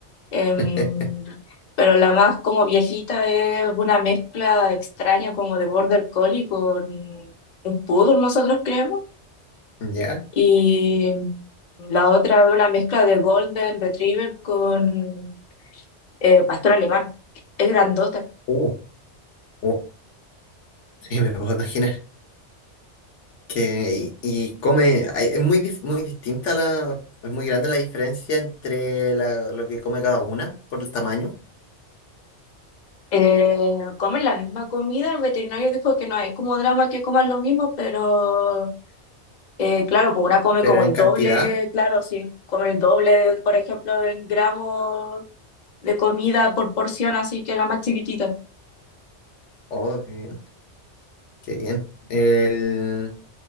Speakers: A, on the left (about 45°); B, on the left (about 85°).
A: Em,
B: <laughs>
A: pero la más como viejita es una mezcla extraña como de border collie con un poodle, nosotros creemos.
B: ¿Ya?
A: Y la otra es una mezcla de golden retriever con eh, pastor alemán. Es grandota.
B: Uh, uh, sí, me puedo imaginar. Que, y, y come, hay- es muy, dif- muy distinta la, es muy grande la diferencia entre la- lo que come cada una por el tamaño,
A: Eh, comen la misma comida, el veterinario dijo que no hay como drama que coman lo mismo, pero eh, claro, pues una come
B: pero
A: como
B: en
A: el
B: cantidad,
A: doble, claro, si come el doble, por ejemplo, en gramos de comida por porción, así que la más chiquitita.
B: oh, eh, Qué bien. El,